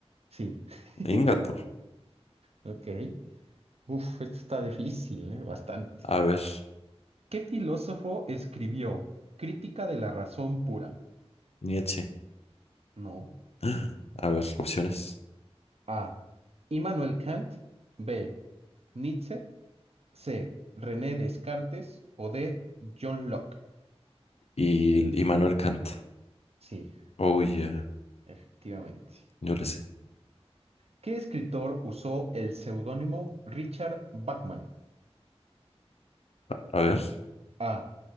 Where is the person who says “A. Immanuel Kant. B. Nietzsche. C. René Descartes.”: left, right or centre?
Right